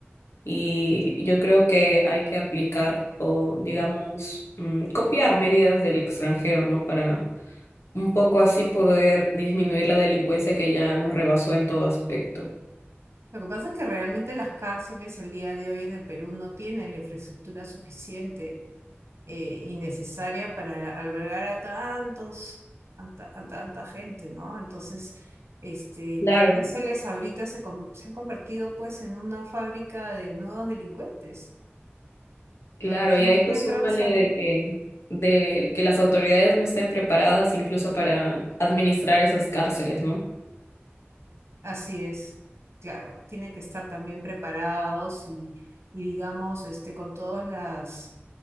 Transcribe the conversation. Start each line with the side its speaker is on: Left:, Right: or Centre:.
Left: Y yo creo que hay que aplicar o, digamos, mm, copiar medidas del extranjero, ¿no? Para un poco así poder disminuir la delincuencia que ya nos rebasó en todo aspecto.
Right: Lo que pasa es que realmente las cárceles el día de hoy en el Perú no tienen la infraestructura suficiente eh, y necesaria para albergar a tantos, a, ta- a tanta gente, ¿no? Entonces, este,
Left: Claro,
Right: las cárceles ahorita se, con- se han convertido pues en una fábrica de nuevos delincuentes.
Left: claro,
Right: Las personas
Left: y a eso
Right: que entran
Left: súmale
Right: salen.
Left: de que, de que las autoridades no estén preparadas incluso para administrar esas cárceles, ¿no?
Right: Así es, claro, tienen que estar también preparados y, y digamos, este, con todas las,